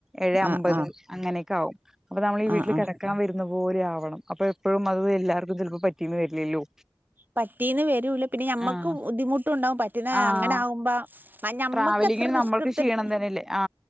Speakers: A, in the centre; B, on the right (about 20°).
A: ഏഴ്
B: ആ
A: അമ്പത്
B: ആ
A: അങ്ങനെയൊക്കാവും അപ്പൊ നമ്മളീ
B: ആ
A: വീട്ടിൽ
B: ആ
A: കിടക്കാൻ വരുന്ന പോലെ ആവണം അപ്പൊ എപ്പഴും അത് എല്ലാവർക്കും ചെൽപ്പം പറ്റീന്ന് വരില്ലല്ലോ?
B: പറ്റീന്ന് വരൂല പിന്നെ ഞമ്മക്ക്
A: ആഹ്
B: ബുദ്ധിമുട്ടുണ്ടാവും പറ്റുന്ന
A: ആഹ്
B: അങ്ങനാവുമ്പ ആഹ് ഞമ്മക്കത്ര
A: ട്രാവലിങ്ങിന്
B: റിസ്ക്ക്
A: നമ്മൾക്ക്
B: എടുത്തിട്
A: ക്ഷീണം തന്നെയല്ലേ ആ